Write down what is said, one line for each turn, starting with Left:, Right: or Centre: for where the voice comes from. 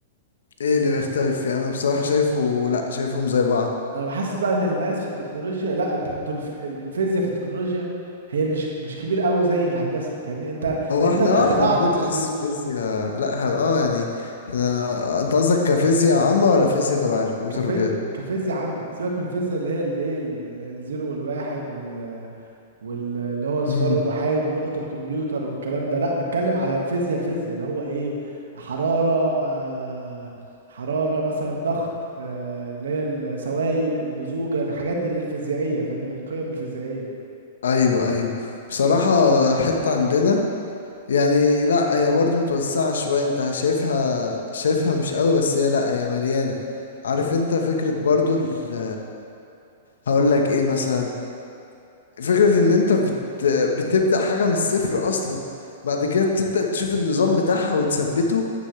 Left: ايه اللي بيختلف يعني انا بصراحه شايفه لا شايفهم زي بعض
Right: انا بحسس بقى ان الماس في التكنولوجيا لا انت انتوا الف... ال- الفيزياء في التكنولوجيا هي مش مش كبير قوي زي الهندسه فاهمني انت
Left: هو
Right: انت
Left: احنا
Right: اللي
Left: اه
Right: اخترعت
Left: احنا بندرس
Right: الكمبيوتر
Left: فيزياء لا ه- اه يعني احنا انت قصدك كفيزياء عامه ولا فيزياء تبع الكمبيوتر
Right: كف...
Left: وكده
Right: كفيزياء عامه سيبك من الفيزياء اللي هي الايه ال- ال- الزيرو والواحد وال واللي هو اصفار
Left: امم
Right: الوحيد ولغة الكمبيوتر والكلام ده لا بتكلم على الفيزياء الفيزياء اللي هو ايه حرارة آه حرارة مثلا ضغط آه اللي هي السوائل اللزوجة الحاجات دي اللي هي الفيزيائية فاهمني القيم الفيزيائية
Left: ايوه ايوه بصراحه الحته عندنا يعني لا هي برضه متوسعة شوية انت شايفها شايفها مش قوي بس هي لا هي مليانة عارف انت فكرة برضه ال هقول لك ايه مثلا فكرة ان انت بت بتبدأ حاجة من الصفر اصلا بعد كده بتبدأ تشوف النظام بتاعها وتثبته